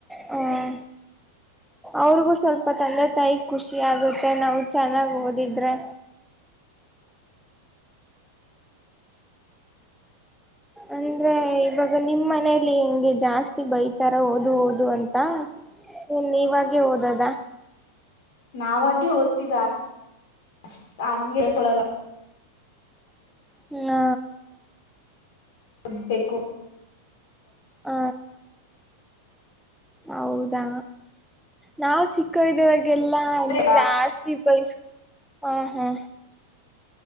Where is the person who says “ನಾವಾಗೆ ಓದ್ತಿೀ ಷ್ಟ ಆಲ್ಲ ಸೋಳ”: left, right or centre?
Left